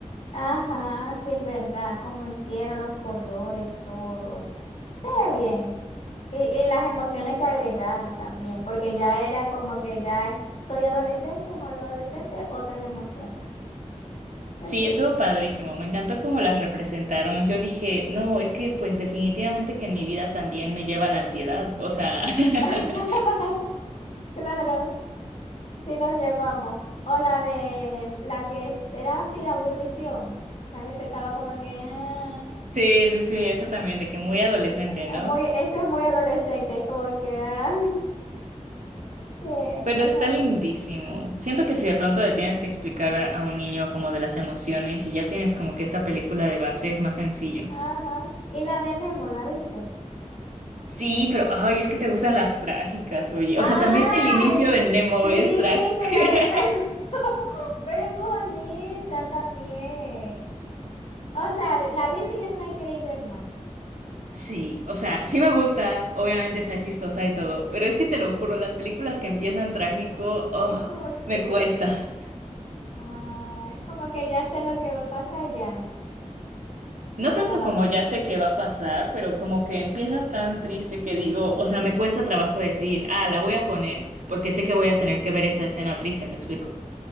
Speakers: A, on the left; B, on the right.
A: Ajá, sí es verdad, cómo hicieron los colores, todo. Se ve bien. Y, y las emociones que agregaron también, porque ya era como que ya soy adolescente o algo adolescente, otras emociones. Sí,
B: Sí,
A: sí.
B: estuvo padrísimo, me encantó cómo las representaron. Yo dije, no, es que pues definitivamente que en mi vida también me lleva la ansiedad, o sea, <laughs>
A: <laughs> Claro. Sí, nos llevamos. O la de la que era así de aburrición. La que se estaba como que. ah,
B: sí, sí, sí, eso también, de que muy adolescente,
A: es
B: ¿no?
A: muy, eso es muy adolescente, es como que. ay, <laughs> que
B: Pero está
A: esa.
B: lindísimo. Siento que si de pronto le tienes que explicar a, a un niño como de las emociones y ya tienes como que esta película de base es más sencillo.
A: Ajá. Y la de Nemo, ¿la viste?
B: Sí, pero, ay, es que te gustan las trágicas, oye.
A: ¡Ay!
B: O sea, también el inicio de
A: p-
B: Nemo
A: Sí,
B: es trágico.
A: pero,
B: <laughs>
A: e- pero, <laughs> pero es bonita también. O sea, la viste y ya no la queréis ver más.
B: Sí, o sea, sí me gusta, obviamente está chistosa y todo, pero es que te lo juro, las películas que empiezan trágico, oh,
A: Es como que.
B: me cuesta.
A: Ah, es como que ya sé lo que va a pasar, ya,
B: No
A: ya
B: tanto
A: no la
B: como
A: ves.
B: ya sé qué va a pasar, pero como que empieza tan triste que digo, o sea, me cuesta trabajo decir, ah, la voy a poner, porque sé que voy a tener que ver esa escena triste, me explico.